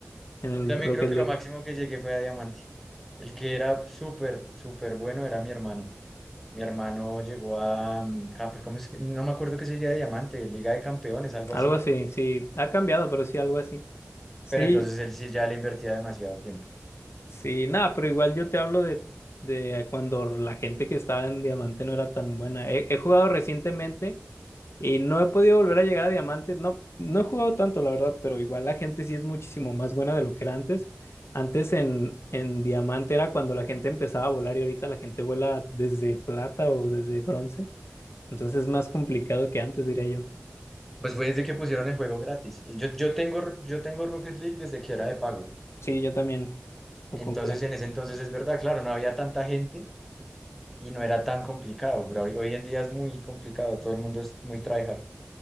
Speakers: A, on the left; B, in the centre.
A: en el
B: Yo también
A: Rocket
B: creo que
A: League.
B: lo máximo que llegué fue a Diamante. El que era súper, súper bueno era mi hermano. Mi hermano llegó a, mm, ah, pues, ¿cómo es que? No me acuerdo qué sería de Diamante, Liga de Campeones, algo
A: Algo
B: así.
A: así, sí, ha cambiado, pero sí, algo así. Sí,
B: Pero entonces él sí ya le invertía demasiado tiempo.
A: Sí, nada, pero igual yo te hablo de, de cuando la gente que estaba en diamante no era tan buena. He, he jugado recientemente y no he podido volver a llegar a diamante. No, no he jugado tanto, la verdad, pero igual la gente sí es muchísimo más buena de lo que era antes. Antes en, en diamante era cuando la gente empezaba a volar y ahorita la gente vuela desde plata o desde bronce. Entonces es más complicado que antes, diría yo.
B: Pues fue desde que pusieron el juego gratis. Y yo, yo tengo, yo tengo Rocket League desde que era de pago.
A: Sí, yo también lo
B: Entonces
A: compré.
B: en ese entonces es verdad, claro, no había tanta gente y no era tan complicado, pero hoy, hoy en día es muy complicado, todo el mundo es muy tryhard.